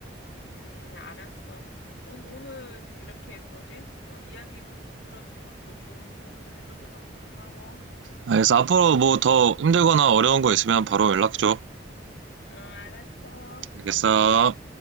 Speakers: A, on the left; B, on the right.
A: 음, 알았어. 오늘, 오늘 이렇게 뭐지? 어, 이야기도 또 들어주고 또 좋은 조언도 해줘서 너무 고마워.
B: 알겠어. 앞으로 뭐 더 힘들거나 어려운 거 있으면 바로 연락 줘.
A: 응, 알았어.
B: 알겠어.